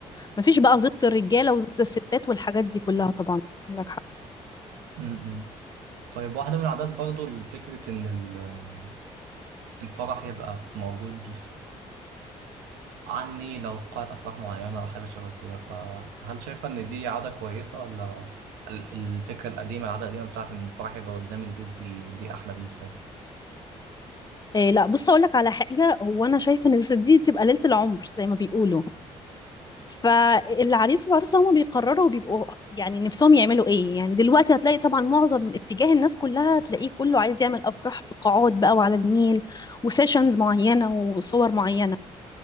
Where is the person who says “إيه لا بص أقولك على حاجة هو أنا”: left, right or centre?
Left